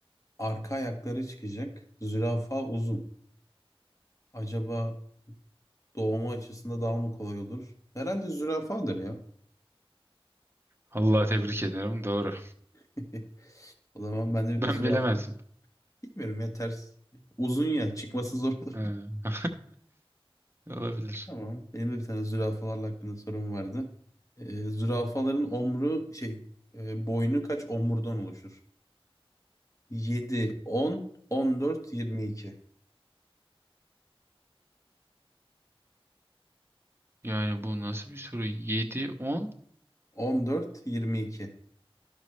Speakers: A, on the left; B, on the right.
A: arka ayakları çıkacak. Zürafa uzun. Acaba doğumu açısında daha mı kolay olur? Herhalde zürafadır ya.
B: Allah tebrik ederim. Doğru.
A: <laughs> O zaman ben de
B: Ben
A: zürafa
B: bilemezdim.
A: bilmiyorum ya ters. Uzun ya çıkması zor. olur.
B: Ee, <laughs> Olabilir.
A: Tamam. Benim de bir tane zürafalarla hakkında sorum vardı. Ee, zürafaların omru şey e, boynu kaç omurdan oluşur? Yedi, on, on dört, yirmi iki.
B: Yani bu nasıl bir soru? 7 10.
A: On dört, yirmi iki.